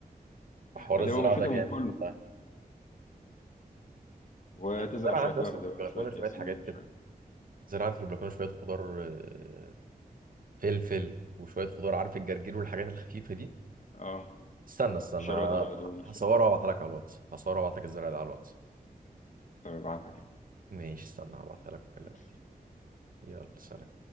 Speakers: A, on the right (about 65°); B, on the left (about 50°).
A: حوار
B: هتبقى
A: الزراعة
B: مفيدة
A: ده جامد
B: من كله
A: والله
B: وتزرع
A: أنا الزرع
B: شوية
A: عندي
B: ورد
A: أصلا
B: بقى
A: في البلكونة
B: شوية
A: شوية
B: ياسمين
A: حاجات كده
B: شوية
A: زرع عندي في البلكونة شوية خضار آه، فلفل وشوية خضار عارف الجرجير والحاجات الخفيفة دي
B: اه
A: استنى استنى
B: الشبات
A: ه-
B: وبقدونس
A: هصورها
B: والحاجات
A: وابعتها
B: دي
A: لك على الواتس هصورها وابعتها لك الزرع ده على الواتس
B: طب ابعتها كده
A: ماشي استنى هبعتها لك واكلمك
B: ماشي.
A: تاني يلا سلام